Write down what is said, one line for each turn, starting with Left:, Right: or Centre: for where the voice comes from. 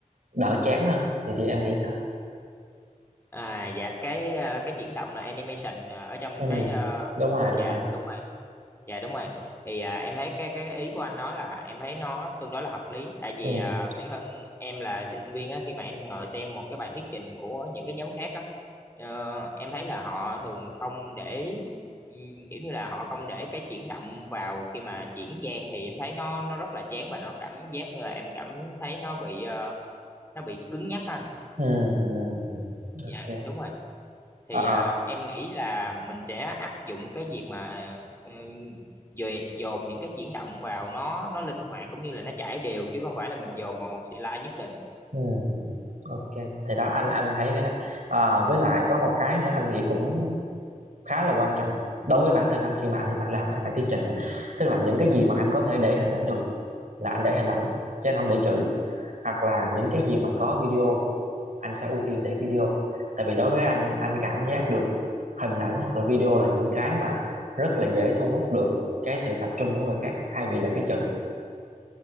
Right: đỡ chán hơn thì thì em nghĩ sao
Left: À dạ cái à, cái chuyển động là animation à, ở trong
Right: ừ
Left: cái à,
Right: đúng rồi đúng
Left: dạ
Right: rồi
Left: đúng Dạ đúng rồi. Thì à, em thấy cái cái ý của anh nói là em thấy nó tương đối là hợp lý. Tại vì
Right: ừ
Left: à, bản thân em là sinh viên á, khi mà em ngồi xem một cái bài thuyết trình của những cái nhóm khác á, ờ, em thấy là họ thường không để ừ, kiểu như là họ không để cái chuyển động vào khi mà chuyển trang thì em thấy nó nó rất là chán và nó cảm giác như là em cảm thấy nó bị ờ, nó bị cứng nhắc á anh.
Right: ừ ừ, ừ. ok
Left: Dạ đúng rồi
Right: Ờ,
Left: thì à, em nghĩ là mình sẽ áp dụng cái việc mà ừm, dề- dồn những cái chuyển động vào nó nó linh hoạt cũng như là nó chảy đều chứ không phải là mình dồn vào một slide nhất định
Right: Ừ, ừ, ok thì đó anh anh thấy cái đó à, với lại có một cái nữa anh nghĩ cũng khá là quan trọng đối với bản thân anh khi mà anh anh làm các bài thuyết trình đó tức là những cái gì mà anh có thể để hình ảnh được là anh để hình ảnh chứ anh không để chữ hoặc là những cái gì mà có video anh sẽ ưu tiên để video tại vì đối với anh anh cảm giác được hình ảnh hoặc là video là những cái mà rất là dễ thu hút được cái sự tập trung của người khác thay vì là cái chữ